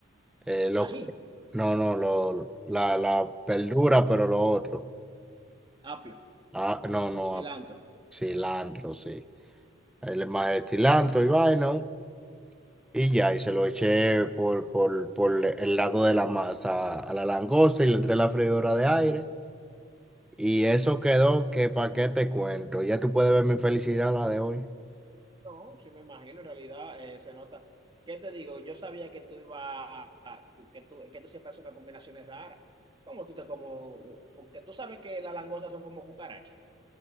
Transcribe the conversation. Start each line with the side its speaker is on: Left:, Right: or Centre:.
Centre: Eh, lo,
Right: Ají,
Centre: no, no, lo, la, la verdura, pero lo otro.
Right: apio.
Centre: Ah, no, no,
Right: Cilantro.
Centre: ah, cilantro, sí. El, más el cilantro y vaina. Y ya, y se lo eché por, por, por el lado de la masa a la langosta y le entré la freidora de aire. Y eso quedó que pa' qué te cuento. Ya tú puedes ver mi felicidad la de hoy.
Right: No, sí me imagino, en realidad eh, se nota. ¿Qué te digo? Yo sabía que tú ibas a, a- tú- que tú, que tú siempre haces unas combinaciones raras. ¿Cómo tú te como? Porque tú sabes que las langostas son como cucarachas